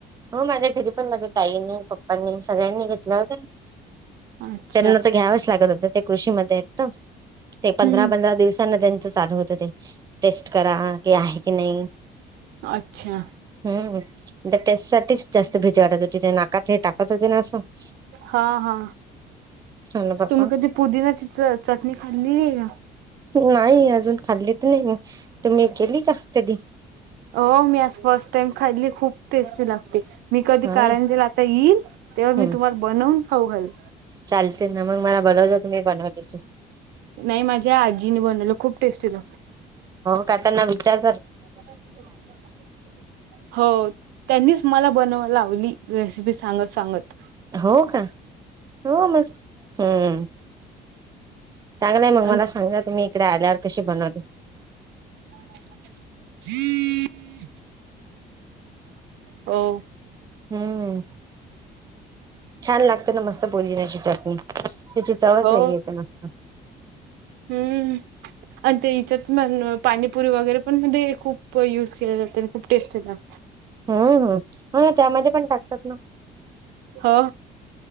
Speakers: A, on the right; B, on the right.
A: हो माझ्या घरी पण माझ्या ताईनी, पप्पांनी सगळ्यांनी घेतला होता.
B: अच्छा
A: त्यांना तर घ्यावच लागत होत ते कृषीमध्ये आहेत ना. ते पंधरा
B: हम्म
A: पंधरा दिवसांना त्यां चालू होत ते टेस्ट करा कि आहे की नाही?
B: अच्छा
A: हम्म टेस्ट साठीच जास्त भिती वाटतं होती त्यांना <unintelligible>
B: हा हा
A: हो ना बाप्पा
B: तुम्ही कधी पुदिनाची च चटणी खाल्ली आहे का
A: नाही अजून खाल्ली तर नाही तुम्ही केली का कधी
B: हो मी आज फर्स्ट टाइम खाली खूप टेस्टी लागते मी कधी
A: होय
B: कारंजीला आता येईल तेव्हा
A: हम्म
B: मी तुम्हाला बनवून खाऊ घाल ल
A: चालते ना मग मला बनवज तुम्ही बनवलीच
B: नाही माझ्या आजीने बनवलं खूप टेस्टी लागते
A: त्या त्यांना विचार
B: <unintelligible> हो त्यांनीच मला बनवा लावली रेसिपी सांगत सांगत
A: हो का हो मस्त हम्म चांगलंय मग
B: अन
A: मला सांगा तुम्ही इकडे आल्यावर कशी बनवते
B: <inaudible> हो
A: हम्म छान लागते ना मस्त पुदिण्याची चटणी त्याची चवच
B: हो
A: वेगळी येते मस्त
B: हम्म आणि ते हच्यात पाणीपुरी वगैरे पण म्हण खूप युज केले ल जाते खूप टेस्टी लागत
A: हम्म हम्म हो ना त्यामध्ये पण टाकतात ना
B: हो